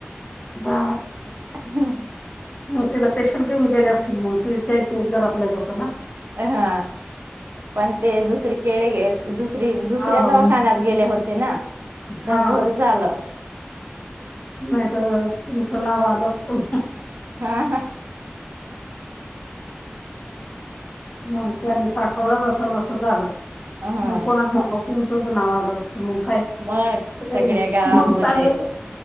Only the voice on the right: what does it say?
हा
हा पण ते दुसरे केडे दुसरी दुसऱ्या
दवाखान्यात गेले होते ना
तर भर झालं
हा ह
हा
मग
सगळ्या गावामध्ये